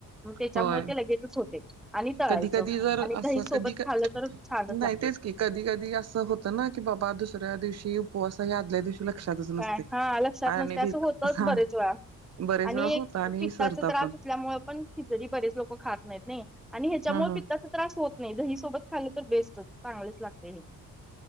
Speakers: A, in the centre; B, on the right (about 55°).
A: मग त्याच्यामुळे
B: होय
A: ते लगेचच होते. आणि तळायचं
B: कधी कधी जर
A: आणि
B: अस
A: दही सोबत
B: कधी
A: खाल्लं तर छानच
B: नाही
A: लागते
B: तेच कि कधी कधी असं होतं ना की बाबा दुसऱ्या दिवशी उपोवास या आदल्या दिवशी लक्षातच
A: काय
B: नसते
A: हा लक्षात
B: आणि
A: नसते
B: भिज
A: असं होतच
B: हा
A: बरेच आणि
B: बरेच वेळा
A: एक
B: होता आणि
A: पित्ताचा
B: विसरता
A: त्रास
B: पण
A: असल्यामुळे पण तरी बरेच लोक खात नाहीत नाही आणि ह्याच्यामुळे
B: हा हा
A: पित्ताच त्रास होत नाही दहीसोबत खाली तर बेस्टच चांगलेच लागते हे